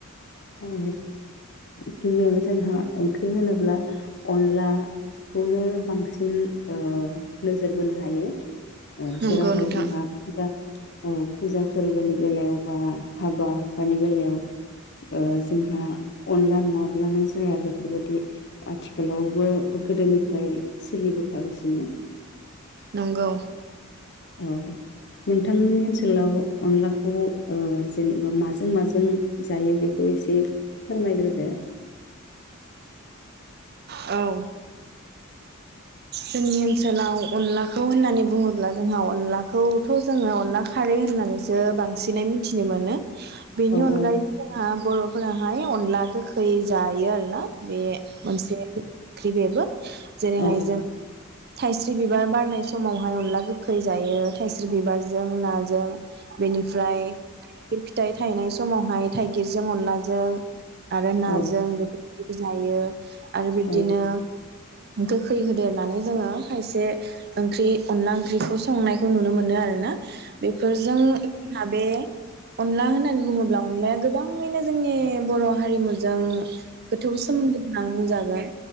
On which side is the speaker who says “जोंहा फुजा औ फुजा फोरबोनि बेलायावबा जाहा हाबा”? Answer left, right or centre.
Left